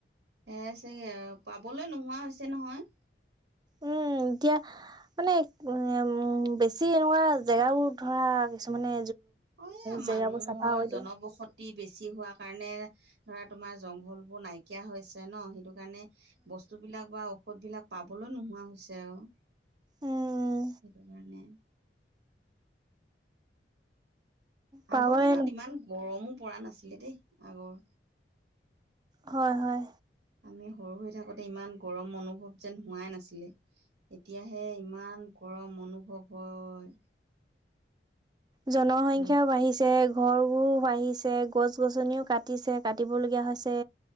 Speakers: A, on the right; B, on the right.
A: হেৰাইছেগে আৰু পাবলৈ নোহোৱা হৈছে নহয়।
B: উম, এতিয়া মানে <unintelligible> বেছি এনেকুৱা জেগাবোৰ ধৰা কিছুমানে
A: এ,
B: জেগাবোৰ
A: মানুহৰ
B: চাফা কৰি দিয়ে
A: জনবসত <unintelligible> বেছি হোৱা কাৰণে ধৰা তোমাৰ জংঘলবোৰ নাইকিয়া হৈছ <unintelligible> ন' সেইটো কাৰণে বস্তুবিলাক বা ঔষধ বিলাক পাবলৈ নোহোৱা হৈছে আৰু,
B: উম
A: সেইটো কাৰণে।
B: পাবই
A: আগৰ দিনত ইমান গৰমো পৰা নাছিলে দেই আগৰ।
B: হয় হয়।
A: আমি সৰু হৈ থাকোতে ইমান গৰম অনুভৱ যেন হোৱাই নাছিলে। এতিয়াহে ইমান গৰম অনুভৱ হয়।
B: জনসংখ্যাও
A: ৰ'দ
B: বাঢ়িছে ঘৰবোৰো বাঢ়িছে গছ গছনিও কাটিছে কাটিবলগীয়া হৈছে